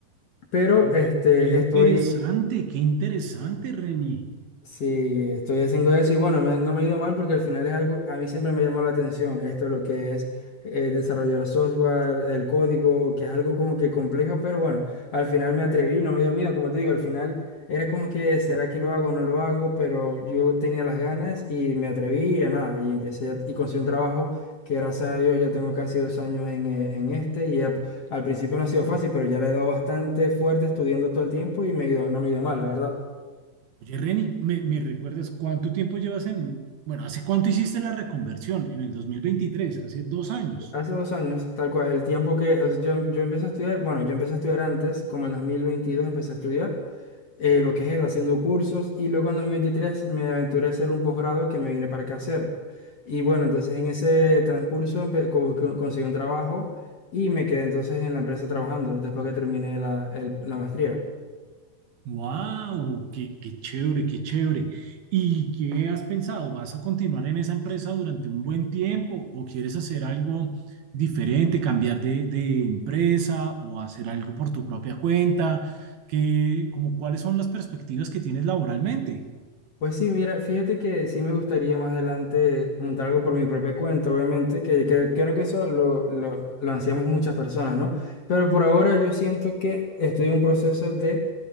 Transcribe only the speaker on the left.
pero
este,
estoy
Sí, estoy haciendo eso y bueno, me- no me ha ido mal porque al final es algo, a mí siempre me llamó la atención esto, lo que es eh, desarrollar software, el código, que es algo como que complejo, pero bueno, al final me atreví, no me dio miedo, como te digo, al final era como que, ¿será que lo hago o no lo hago? Pero yo tenía las ganas y me atreví y a nada, y empecé a- y conseguí un trabajo que gracias a Dios ya tengo casi dos años en, eh, en este y ap- al principio no ha sido fácil, pero ya le he dado bastante fuerte estudiando todo el tiempo y me ha ido, no me ha ido mal, la verdad.
Hace dos años, tal cual, el tiempo que o sea, yo, yo empecé a estudiar, bueno, yo empecé a estudiar antes, como en 2022 empecé a estudiar eh, lo que es haciendo cursos y luego en 2023 me aventuré a hacer un posgrado que me vine para acá a hacer. Y bueno, entonces en ese transcurso empe- co- co- conseguí un trabajo y me quedé entonces en la empresa trabajando después que terminé la, el- la maestría.
Pues sí, mira, fíjate que sí me gustaría más adelante montar algo por mi propia cuenta, obviamente, que, que- creo que eso lo, lo, lo ansiamos muchas personas, ¿no? Pero por ahora yo siento que estoy en un proceso de